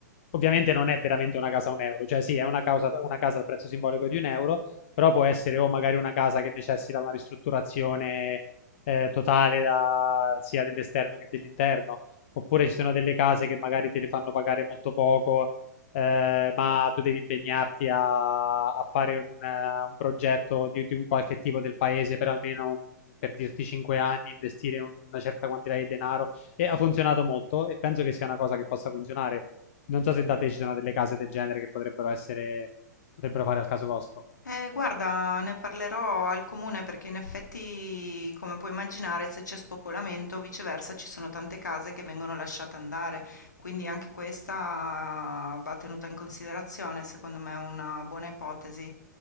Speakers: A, on the left (about 45°); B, on the left (about 70°).
A: ovviamente non è veramente una casa a un euro, cioè sì, è una casa, una casa al prezzo simbolico di un euro però può essere o magari una casa che necessita una ristrutturazione eh, totale da- sia dell'esterno che dell'interno, oppure ci sono delle case che magari te le fanno pagare molto poco, eh, ma tu devi impegnarti a, a fare un, eh, un progetto di, di un qualche tipo del paese per almeno un- per dirti 5 anni, investire una certa quantità di denaro e ha funzionato molto e penso che sia una cosa che possa funzionare. Non so se da te ci sono delle case del genere che potrebbero essere, potrebbero fare al caso vostro.
B: Eh, guarda, ne parlerò al comune perché in effetti, come puoi immaginare, se c'è spopolamento, viceversa, ci sono tante case che vengono lasciate andare, quindi anche questa va tenuta in considerazione, secondo me è una buona ipotesi,